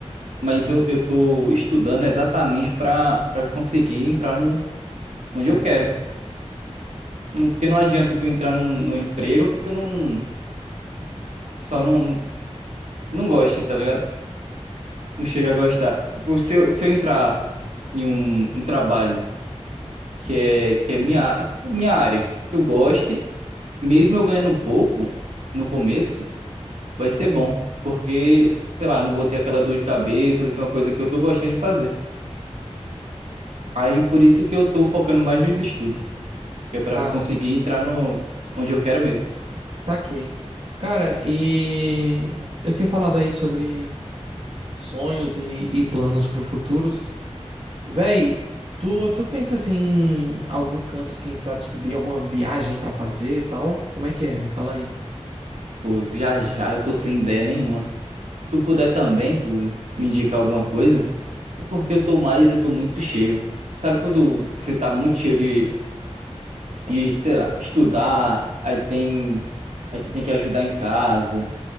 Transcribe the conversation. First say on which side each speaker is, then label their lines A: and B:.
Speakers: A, on the right; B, on the right.
A: mas eu, eu tô estudando exatamente pra, pra conseguir entrar no onde eu quero. Não- Porque não adianta tu entrar num, num emprego que tu não. Só não, não goste, tá ligado? Não chega a gostar. Tipo, se eu, se eu entrar em um, um trabalho que é, que é minha, á- minha área, que eu goste, mesmo eu ganhando pouco no começo, vai ser bom. Porque, sei lá, não vou ter aquela dor de cabeça, vai ser uma coisa que eu tô gostando de fazer. Aí por isso que eu tô focando mais nos estudos, que é pra
B: Ah,
A: conseguir entrar no onde eu quero mesmo.
B: saquei. Cara, e eu tinha falado aí sobre sonhos e, e planos pro futuros. Véi, tu, tu pensa assim em algum canto assim para descobrir alguma viagem para fazer e tal? Como é que é? Me fala aí.
A: por viajar eu tô sem ideia nenhuma. Se tu puder também, tu me indicar alguma coisa, é porque eu tô mais, eu tô muito cheio. Sabe quando você tá muito cheio de, de, sei lá, estudar, aí tem, aí tu tem que ajudar em casa,